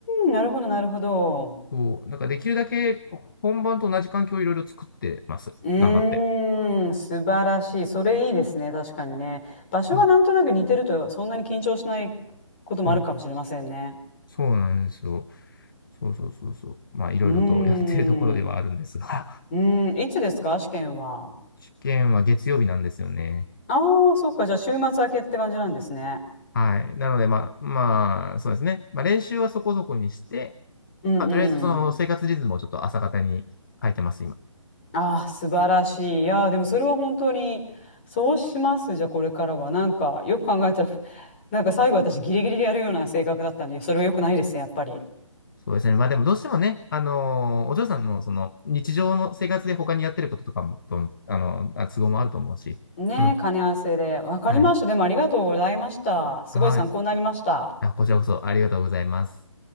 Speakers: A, on the left; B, on the left.
A: ん、なるほど、なるほど。
B: そう、なんかできるだけ本番と同じ環境をいろいろ作ってます。
A: うーん、
B: 頑張って。
A: 素晴らしい。それいいですね、確かにね。場所がなんとなく似てると、
B: うん、
A: そんなに緊張しないこともあるかもしれませんね。
B: うん。そうなんですよ。そうそうそうそう。まあ、いろいろとやってるところではあるんですが、
A: うーん。うーん。いつですか試験は。
B: <laughs> 試験は月曜日なんですよね。
A: ああー、そっか。じゃあ、週末明けって感じなんですね。
B: はい。なので、まあ、まあ、そうですね。まあ、練習はそこそこにして、
A: うんうん。
B: まあ、とりあえずその生活リズムをちょっと朝方に変えてます、今。
A: ああ、素晴らしい。いやー、でもそれは本当に、そうします。じゃあ、これからは。なんか、よく考えたら、<laughs> なんか最後私ギリギリでやるような性格だったんで、それは良くないですね、やっぱり。
B: そうですね。まあ、でもどうしてもね、あのーお嬢さんのその日常の生活で他にやってることとかも、とあの、あ都合もあると思うし。
A: ねえ、
B: うん。
A: 兼ね合わせで。わかりました。
B: はい。
A: でもありがとうございました。すごい参考になりました。
B: はい。あ、こちらこそありがとうございます。